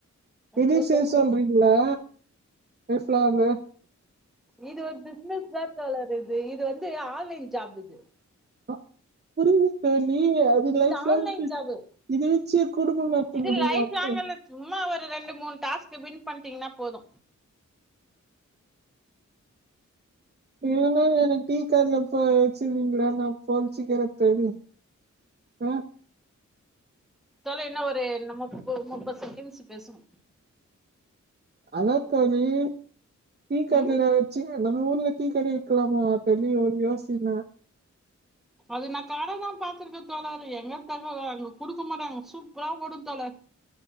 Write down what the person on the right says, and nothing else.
இதுவு
சேத்து
சொல்றீங்களா லைஃப் லாங்
ஆ புரியுது தோழி அது லைஃப்லாங்கு
இது வெச்சை குடும்போ நடத்த
முடியுமா
தோ
ஏன்னா எனக்கு டீக்கடையில போய் வெச்சிருவீங்களா நா பொழச்சிக்கிறே தோழி ஆஹ
ஹாலோ தோழி டீ கடையில
வெச்சி நம்ம ஊர்ல டீ கட வெக்கலாமா தோழி ஒரு யோசன